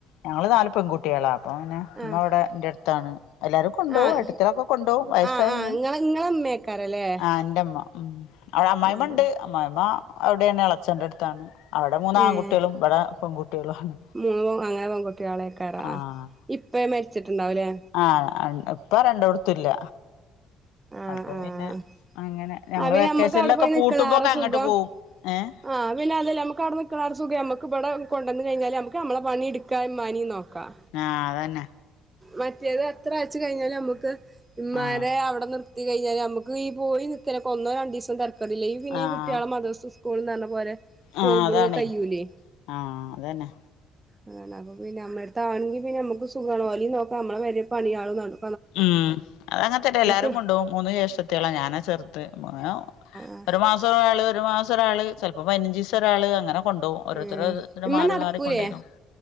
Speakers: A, on the left; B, on the right.
A: ഞങ്ങള് നാല് പെൺകു ട്ടികളാ അപ്പ പിന്നെ ഇമ്മ
B: ആഹ്
A: അവിടെ എന്റെ അടുത്താണ് എല്ലാരും കൊണ്ടോവും
B: ആഹ്
A: ഏട്ടത്തിലൊക്കെ കൊണ്ടോവും വയസ്സായിന്ന്
B: ആഹ് ആഹ് ഇങ്ങളെ ഇങ്ങളെ ഇമ്മേക്കാരല്ലേ
A: ആ എന്റെമ്മ ഉം. അവിടെ അമ്മായിമ്മ
B: ആഹ്
A: ഇണ്ട്. അമ്മായിമ്മ ഔടേണ്. എളച്ചന്റെ എടുത്താണ്. അവിടെ മൂന്നാംങ്കുട്ട്യേളും,
B: ഏഹ്
A: ഇബ്ടെ പെൺകുട്ട്യേളും ആണ്.
B: മൂന്ന് അങ്ങനെ പെൺകുട്ട്യേളെക്കാരം.
A: ആഹ്
B: ആ. ഇപ്പ മരിച്ചിട്ടുണ്ടാവുലെ.
A: ആഹ്, ഇപ്പാ രണ്ടോട്ത്തും ഇല്ല.
B: ആഹ്
A: അപ്പൊ
B: ആഹ്
A: പിന്നെ അങ്ങനെ. ഞങ്ങള്
B: ആഹ് പിന്നെ
A: വെക്കേഷൻലൊക്കെ
B: നമ്മക്ക് അവിടെ പോയി നിക്കണേറെ
A: പൂട്ടുമ്പൊക്കെ അങ്ങട്ട്
B: സുഖം
A: പോവും. ഏഹ്.
B: ആഹ് പിന്നെ അതു അല്ല. നമുക്ക് അവിടെ നിക്ക്ണ ആ ഒരു സുഖം നമക്ക് ഇബടെ കൊണ്ടന്ന് കഴിഞ്ഞാൽ നമക്ക് നമ്മള പണി ഇടുക്കാ, ഇമ്മനിം നോക്കാം.
A: ആഹ് അതന്നെ.
B: മറ്റേത് എത്ര ആഴ്ച്ച കഴിഞ്ഞാല് നമ്മുക്ക് ഇമാരെ
A: ആഹ്
B: അവിടെ നിർ നിർത്തി കഴിഞ്ഞാൽ ഞമക്ക് ഈ പോയി നിക്കലൊക്കെ ഒന്നോ രണ്ടീസം തെരക്കേടില്ല. ഈ പിന്നെ
A: ആഹ്
B: കുട്ട്യേളെ മദ്രസ സ്കൂള്ന്നർഞ്ഞ പോലെ.
A: ആഹ്
B: പോകുമ്പോഴും
A: അതാണെ.
B: കയ്യൂലേ
A: ആഹ് അതന്നെ.
B: അതന്നെ. അപ്പൊ പിന്നെ അമ്മ ട്ത്താണെങ്കി പിന്നെ അമ്മക്കു സുഖാണ്. ഓലിം നോക്ക അമ്മളെ പെരെ പണിയാളുംന്നാണു.
A: ഉം. അത് അങ്ങൻത്തന്നെ. എല്ലാരും
B: ആഹ്
A: കൊണ്ടോവും. മൂന്ന് ജേഷ്ട്ടത്ത്യേള ഞാനാ ചെർ. ഇത് മൊ <unintelligible>
B: ആഹ്
A: ഒരു മാസം ഒരാള് ഒരു മാസം ഒരാള് ചെൽപ്പ പയ്നഞ്ചീസം ഒരാള് അങ്ങനെ. കൊണ്ടോവും. ഓരോരുത്തര്
B: ഏഹ് ഇമ്മ
A: മാറി
B: നടക്കൂലേ
A: മാറി കൊണ്ടോയിന്നോക്കും.